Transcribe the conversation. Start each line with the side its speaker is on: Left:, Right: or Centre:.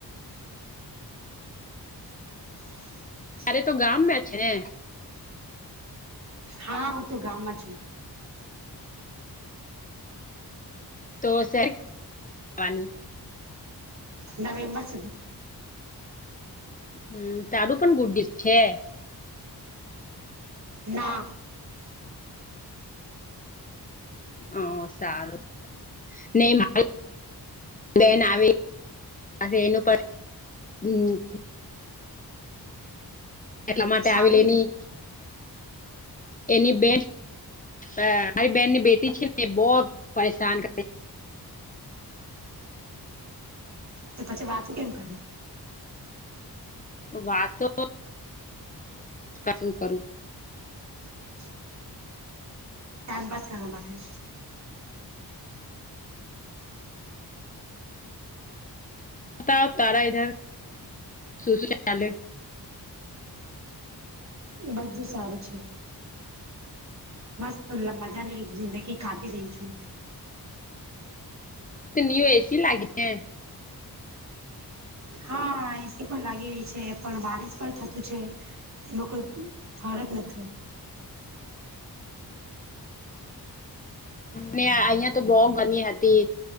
Right: <unintelligible>
Left: અરે તો ગામ મે છે.
Right: હા હું તો ગામમાં છું.
Left: તો સરની <inaudible>
Right: નવેમ્બર સુધી.
Left: હમ તારું પણ ગુડીશ છે.
Right: ના.
Left: હ સારું નહી મારુ. બેન આવી એનું પણ હ. એટલા માટે
Right: સારું
Left: આવેલી એની
Right: ને
Left: એની બેન. મારી બેહેન ની બેટી છે ને બહુ પરેશાન કર.
Right: તો પછી વાતવું કેમ કરે.
Left: વાતો ક શું કરું.
Right: <unintelligible> પાસ કરવા માટે.
Left: બતાવ તારા ધર શું શું ચાલે.
Right: બધું સારું છે. મસ્ત મજાની જિંદગી કાઢી રહી છું.
Left: ત નિઓ એસી લાગે.
Right: હા એસી પણ લાગી રહી છે પણ બારીશ પણ થતું છે. તેમાં કોઈ ફરક નથુ.
Left: ને અહિયાં તો બહુ ગમી હતી